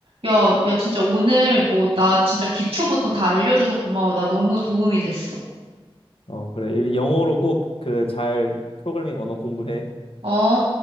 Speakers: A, on the right; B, on the left.
A: 야, 야, 진짜 오늘 뭐, 나 진짜 기초부터 다 알려줘서 고마워. 나 너무 도움이 됐어.
B: 어 그래 일- 영어로 꼭 그 잘 프로그래밍 언어 공부해.
A: 어?